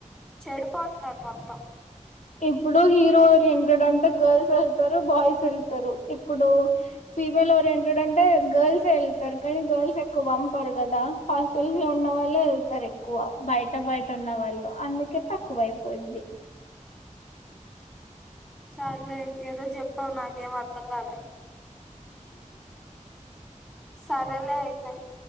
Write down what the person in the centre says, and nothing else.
చెడిపోత్నారు మొత్తం
చాల్లే ఏదో జెప్పావు నాకేం అర్థం కాలే సరేలే ఐతే